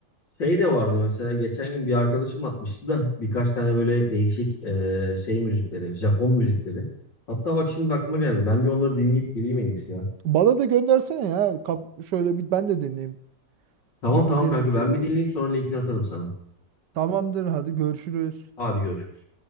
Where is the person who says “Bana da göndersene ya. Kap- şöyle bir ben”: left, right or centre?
Right